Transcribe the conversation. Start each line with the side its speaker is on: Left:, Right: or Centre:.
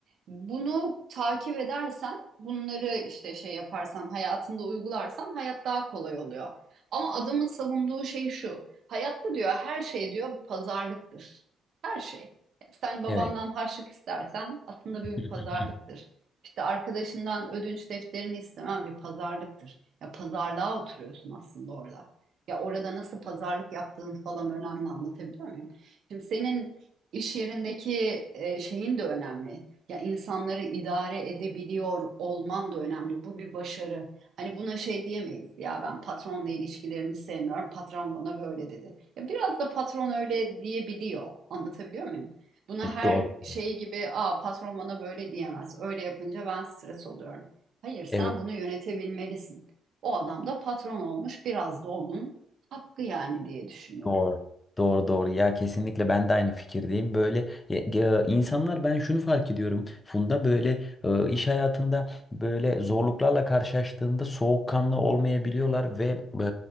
Right: Bunu takip edersen, bunları işte şey yaparsan, hayatında uygularsan hayat daha kolay oluyor. Ama adamın savunduğu şey şu. Hayatta diyor her şey diyor pazarlıktır. Her şey. Sen babandan
Left: Evet.
Right: harçlık istersen aslında bir
Left: <laughs>
Right: bir pazarlıktır. İşte arkadaşından ödünç defterini istemen bir pazarlıktır. Ya pazarlığa oturuyorsun aslında orada. Ya orada nasıl pazarlık yaptığın falan önemli anlatabiliyor muyum? Şimdi senin İş yerindeki e, şeyin de önemli. Ya insanları idare edebiliyor olman da önemli. Bu bir başarı. Hani buna şey diyemeyiz. Ya ben patronla ilişkilerimi sevmiyorum. Patron bana böyle dedi. Ya biraz da patron öyle diyebiliyor. Anlatabiliyor muyum? Buna her
Left: Doğru.
Right: şey
Left: doğru.
Right: gibi, aa patron bana böyle diyemez. Öyle yapınca ben stres oluyorum. Hayır, sen
Left: Evet.
Right: bunu yönetebilmelisin. O adam da patron olmuş. Biraz da onun hakkı yani diye düşünüyorum.
Left: Doğru. Doğru doğru ya kesinlikle ben de aynı fikirdeyim. Böyle e, e, insanlar ben şunu fark ediyorum. Funda böyle e, iş hayatında böyle zorluklarla karşılaştığında soğukkanlı olmayabiliyorlar ve e,